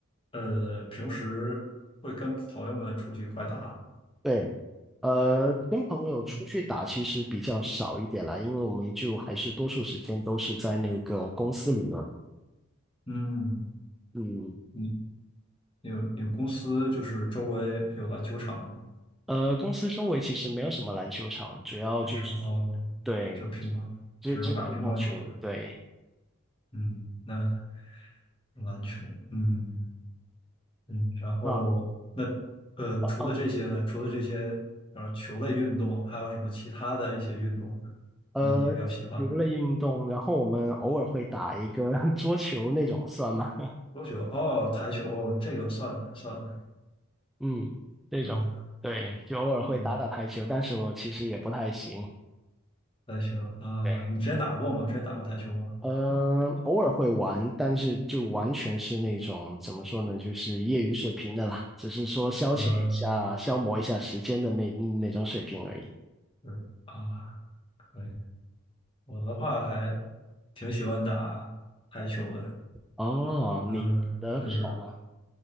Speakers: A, on the left; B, in the centre.
A: 呃平时会跟朋友们出去一块打？
B: 对，呃，跟朋友出去打其实比较少一点了，
A: 嗯
B: 因为我们就还是多数时间都是在那个公司里面。
A: 嗯，
B: 嗯，
A: 你你有你有公司就是周围有篮球场吗？
B: 呃，公司周围其实没有什么篮球场，主要就是
A: 那时候哦，
B: 对，
A: 就乒乓，
B: 只只有乒乓球，
A: 只能打乒乓球了。
B: 对。
A: 嗯，那篮球，嗯嗯，然后那
B: 啊。
A: 呃除了这些呢？
B: 哦
A: 除了这些，然后球类运动，还有什么其他的一些运动，
B: 呃，
A: 你你比较喜欢的？
B: 球类运动，然后我们偶尔会打一个 <laughs> 桌球那种，算吗？
A: 桌球哦，台球哦，这个算的算的，
B: 嗯，这种，
A: 呃，
B: 对，就偶尔会打打台球，
A: 嗯，
B: 但是我其实也不太行。
A: 台球啊，
B: 对，
A: 你之前打过吗？之前打过台球吗？
B: 呃，偶尔会玩，但是就完全是那种怎么说呢，就是业余水平的啦，只是说消遣一下、
A: 嗯，
B: 消磨一下时间的那那种水平而已。
A: 是啊，可以。我的话还挺喜欢打台球的，
B: 哦，你的好吗？
A: 嗯，就是